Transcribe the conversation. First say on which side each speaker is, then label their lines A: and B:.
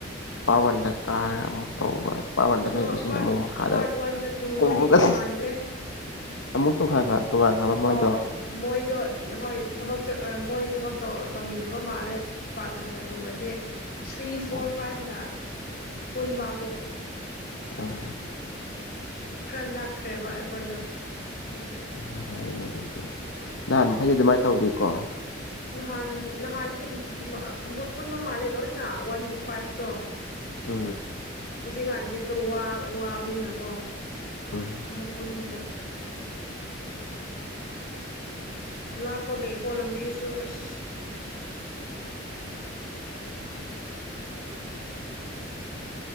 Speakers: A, on the left (about 70°); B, on the left (about 50°).
A: ꯄꯥꯔꯠ ꯋꯥꯟꯗ ꯀꯥꯔꯒ ꯑꯃꯨꯛ ꯇꯧꯕ ꯄꯥꯔꯠ ꯋꯥꯟꯗ
B: ꯑꯣ
A: ꯂꯩꯕꯁꯤꯅ
B: ꯄꯥꯔꯠ
A: ꯑꯃꯨꯛ ꯃꯈꯥꯗ
B: ꯄꯥꯔꯠ ꯋꯥꯟꯒ ꯇꯨꯒꯗꯤ
A: ꯀꯨꯝꯃꯒ
B: ꯇꯣꯉꯥꯟꯈ꯭ꯔꯦ
A: ꯑꯃꯨꯛ ꯇꯣꯡꯈꯥꯟꯈ꯭ꯔ ꯇꯣꯉꯥꯟꯈ꯭ꯔꯕ ꯃꯣꯏꯗꯣ
B: ꯑꯣ ꯃꯣꯏꯗꯣ ꯍꯣꯏ ꯊꯕꯛ ꯃꯣꯏ ꯊꯕꯛ ꯇꯧꯃꯤꯟꯅꯕ ꯃꯥꯜꯂꯦ ꯄꯥꯔꯠ ꯋꯥꯟꯒ ꯇꯨꯒꯗꯤ ꯊ꯭ꯔꯤ ꯐꯣꯔ
A: ꯎꯝ
B: ꯐꯥꯏꯚꯅ ꯄꯨꯟꯕꯥꯃꯨ
A: ꯑꯥ
B: ꯈꯔ ꯅꯛꯈ꯭ꯔꯦꯕ ꯑꯩꯈꯣꯏꯗꯣ ꯑꯗꯨꯒꯤ
A: ꯎꯝ ꯔꯅꯦꯦ ꯅꯍꯥꯟ
B: ꯎꯝ
A: ꯃꯈꯩꯗꯤ ꯑꯗꯨꯃꯥꯏꯅ ꯇꯧꯗꯦ ꯀꯣ
B: ꯅꯍꯥꯟ ꯅꯍꯥꯟꯅꯤ ꯑꯗꯨꯝ ꯄꯨꯟꯕ ꯃꯥꯜꯂꯦ ꯂꯣꯏꯅ ꯋꯥꯟ ꯇꯨ ꯐꯥꯏꯚꯇꯣ
A: ꯑ
B: ꯍꯧ ꯁꯤꯀꯥꯟꯗ ꯋꯥꯕꯅꯤꯅꯀꯣ
A: ꯎꯝ
B: ꯑꯃꯨꯛ ꯄꯨꯟꯗ꯭ꯔꯦ ꯂꯥꯞꯄꯒꯦ ꯀꯣꯂꯝꯕꯤꯁꯨ ꯑꯁ